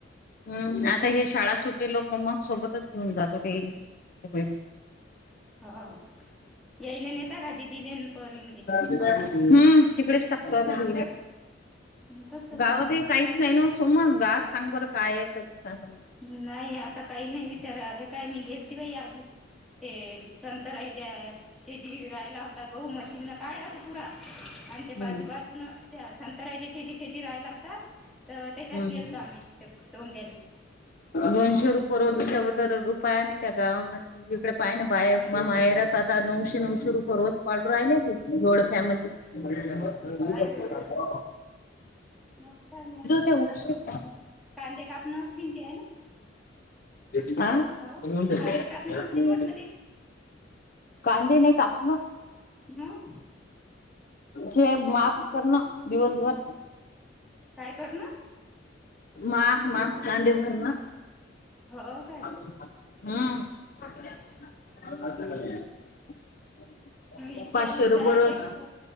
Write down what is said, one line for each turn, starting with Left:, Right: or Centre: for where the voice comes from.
Left: हम्म आता हे शाळा सु टे लोक मग सोबतच घेऊन जात ते. <unintelligible>
Centre: हो यायले न येता का? दिदीला पोरीनले.
Left: हम्म तिकडेच टाकता आता दोगीले.
Centre: मग तसं
Left: गावात
Centre: करा मग
Left: हे काहीच नाही ना सोमंगा आज सांग बरं काय हे तरीसा समजल.
Centre: नाही आता काही नाही विचारा हे काय मी गेलती बाई आज तेल, संंतराईच्या या. शेजीगी राहिला होता गहू मशीन न काढला तो पूरा अन् ते बाजू-बाजून
Left: हम्म.
Centre: संतराय जे शेजी शेजी रा हता तर त्याच्यात
Left: हम्म
Centre: गेलतो आम्ही ते सोंग्याले.
Left: दोनशे रुप रोजच वतर रुपया नाही त्या गावामध्ये एक तिकड पाय ना
Centre: नाही
Left: बाया माया माहेरात आता नऊशे-नऊशे रुपये रोज पाडू राहिल्याती जोडप्यामधी. <unintelligible>
Centre: नाही बाई मस्त आहे मग
Left: ते उशीर
Centre: का, कांदे कापणं असतील ते हे ना?
Left: <unintelligible> आ
Centre: हव
Left: <unintelligible>
Centre: कांदे कापण असतील म्हटलं ते
Left: कांदे नाही कापणं.
Centre: मग?
Left: जे माप कर ना दिवसभर.
Centre: <inaudible> काय कर?
Left: माप माप कांदे भरणं.
Centre: हो काय
Left: <inaudible> हम् <unintelligible>
Centre: इतक्या
Left: <unintelligible> <inaudible> पाचशे
Centre: दूर जायपेक्षा
Left: रुपये रोज.